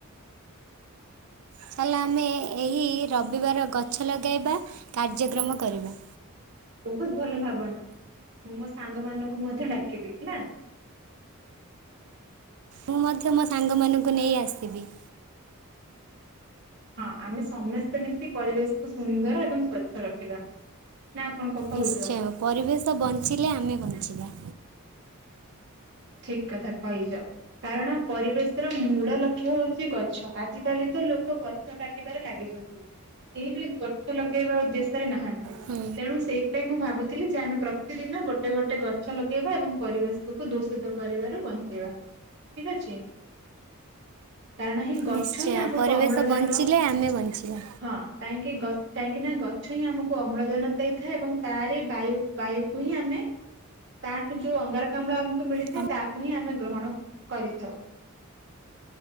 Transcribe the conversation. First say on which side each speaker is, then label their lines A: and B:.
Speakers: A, on the right; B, on the right.
A: ଚାଲ ଆମେ ଏହି ରବିବାର ଗଛ ଲଗାଇବା କାର୍ଯ୍ୟକ୍ରମ କରିବା।
B: ବୋହୁତ ଭଲ ଭାବନା ମୁଁ ମୋ ସାଙ୍ଗ ମାନଙ୍କୁ ମଧ୍ୟ ଡାକିବି ହେଲା।
A: ମୁଁ ମଧ୍ୟ ମୋ ସାଙ୍ଗମାନଙ୍କୁ ନେଇ ଆସିବି।
B: ହଁ ଆମେ ସମସ୍ତେ ମିଶି ପରିବେଶକୁୁ ସୁନ୍ଦର ଏବଂ ସ୍ଵଚ୍ଛ ରଖିବା। ନା କଣ କ କହୁଛ?
A: ନିଶ୍ଚୟ ପରିବେଶ ବଞ୍ଚିଲେ ଆମେ ବଞ୍ଚିବା।
B: ଠିକ୍ କଥା କହିଚ। କାରଣ ପରିବେଶ ର ମୂଳ ଲକ୍ଷ୍ୟ ହୋଉଚି ଗଛ ଆଜିକାଲି ତ ଲୋକ ଗଛ କାଟି କାଟିବାରେ ଲାଗିକନ୍ତି କେହି ବି ଗଛ ଲଗେଇବା ଉଦ୍ଦେଶ୍ୟରେ ନାହାନ୍ତି
A: ହୁଁ।
B: ତେଣୁ ସେଇ ପାଇଁ ମୁଁ ଭାବୁଥିଲି ଯେ ଆମେ ପ୍ରତିଦିନ ଗୋଟେ ଗୋଟେ ଗଛ ଲଗେଇବା ଏବଂ ପରିବେଶକୁ ଦୁଷ୍ ସୁଧ କରିବାରୁ ବଞ୍ଚେଇବା ଠିକ୍ ଅଛି। କାରଣ ହିଁ ଗଛ
A: ନିଶ୍ଚୟ
B: ହିଁ ଆମକୁ
A: ପରିବେଶ
B: ଅମ୍ଳଜାନ
A: ବଞ୍ଚିଲେ ଆମେ ବଞ୍ଚିବା
B: ହଁ। କାହିଁକି ଗ କାହିଁକିନା ଗଛ ହିଁ ଆମକୁ ଅମ୍ଳଜାନ ଦେଇଥାଏ ଏବଂ ତାରି ବାୟୁ ବାୟୁକୁ ହିଁ ଆମେ ତାଠୁ ଯୋଉ ଅଙ୍ଗାରକାମ୍ଳ ଆମକୁ ମିଳିଥାଏ
A: ହୁଁ
B: ତାହାକୁ ହିଁ ଆମେ ଗ୍ରହଣ କରିଥାଉ।